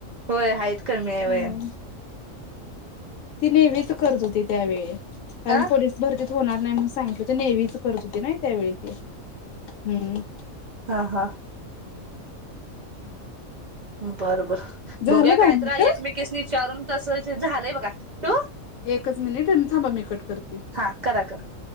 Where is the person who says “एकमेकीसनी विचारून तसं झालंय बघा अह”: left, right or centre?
Right